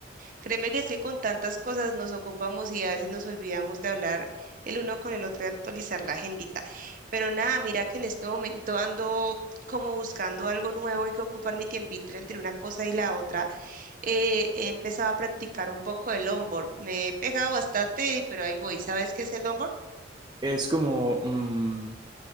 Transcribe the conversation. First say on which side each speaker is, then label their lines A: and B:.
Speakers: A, on the right; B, on the right.
A: créeme que es que con tantas cosas nos ocupamos y a veces nos olvidamos de hablar el uno con el otro y actualizar la agendita. Pero nada, mira que en este momento ando como buscando algo nuevo en que ocupar mi tiempito entre una cosa y la otra. Eh, he empezado a practicar un poco el longboard. Me he pegado bastante, pero ahí voy. ¿Sabes qué es el longboard?
B: Es como, mm,